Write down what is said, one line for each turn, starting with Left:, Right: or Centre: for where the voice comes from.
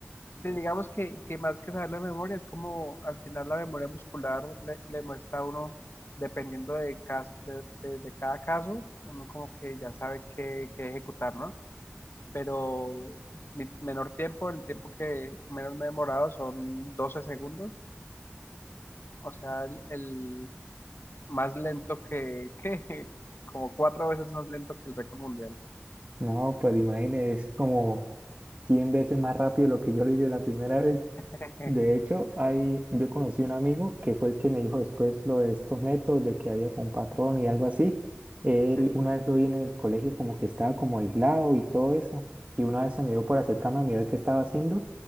Left: Sí, digamos que, que más que saber la memoria, es como al final la memoria muscular le, le muestra a uno, dependiendo de, cas- de, de- de cada caso, uno como que ya sabe qué, qué ejecutar, ¿no? Pero mi menor tiempo, el tiempo que menos me he demorado son 12 segundos, o sea, el, el más lento que, que, <laughs> como cuatro veces más lento que el récord mundial.
Right: No, pero imagínese, es como 100 veces más rápido lo que yo lo hice la primera vez.
Left: <laughs>
Right: De hecho, hay, yo conocí un amigo que fue el que me dijo después lo de estos métodos, de que había como un patrón y algo así. Él
Left: Sí.
Right: una vez lo vi en el colegio como que estaba como aislado y todo eso. Y una vez se me dio por acercarme a mirar qué estaba haciendo.